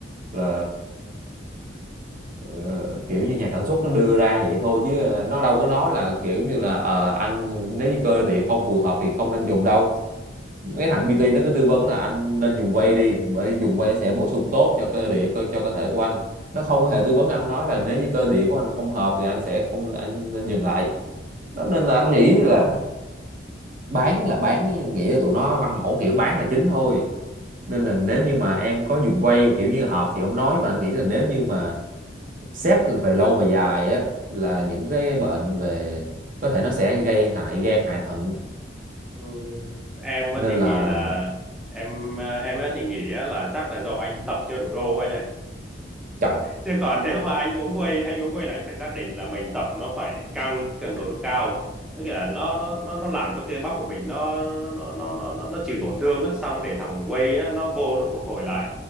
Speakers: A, on the right; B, in the centre.
A: là ờ, kiểu như nhà sản xuất nó đưa ra vậy thôi chứ ờ, nó đâu có nói là kiểu như là ờ, anh nếu như cơ địa không phù hợp thì không nên dùng đâu mấy thằng PT nó cứ tư vấn là anh nên dùng whey đi bởi dùng whey nó sẽ bổ sung tốt cho cơ địa cơ cho cơ thể của anh nó không hề tư vấn anh nói là nếu như cơ địa của anh không hợp thì anh sẽ không anh nên dừng lại đó nên là anh nghĩ là bán là bán nghĩa là tụi nó văn mẫu kiểu bán là chính thôi nên là nếu như mà em có dùng quay mà kiểu như hợp thì không nói mà anh nghĩ là nếu như mà xét về lâu về dài á là những cái bệnh về có thể nó sẽ gây hại gan hại thận
B: Ừ. em á
A: nên
B: thì
A: là
B: nghĩ là em ờ, em á thì nghĩ á là chắc là do anh tập chưa đủ đô anh ạ
A: trời
B: chứ còn nếu mà anh uống whey anh uống whey là anh phải xác định là mình tập nó phải căng cường độ nó cao Nó nghĩa là nó nó nó nó làm cho cơ bắp của mình nó nó nó nó nó nó, nó chịu tổn thương á xong để thằng whey á, nó vô nó phục hồi lại